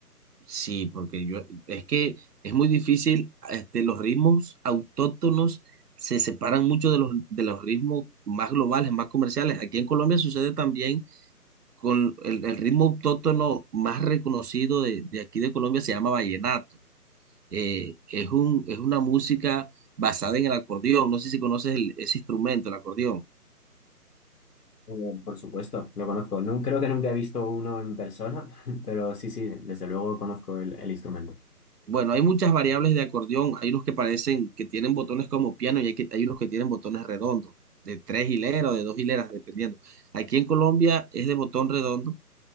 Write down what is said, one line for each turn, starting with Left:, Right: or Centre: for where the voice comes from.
Right: Sí, porque yo, es que es muy difícil, este, los ritmos autóctonos se separan mucho de los, de los ritmos más globales, más comerciales. Aquí en Colombia sucede también con el, el ritmo autóctono más reconocido de, de aquí de Colombia, se llama vallenato. Eh, es un, es una música basada en el acordeón, no sé si conoces el- ese instrumento, el acordeón.
Left: Eh, Por supuesto, lo conozco. No, creo que nunca he visto uno en persona, <laughs> pero sí, sí, desde luego conozco el, el instrumento.
Right: Bueno, hay muchas variables de acordeón. Hay unos que parecen que tienen botones como piano y hay, que- hay unos que tienen botones redondos, de tres hileras o de dos hileras, dependiendo. Aquí en Colombia es de botón redondo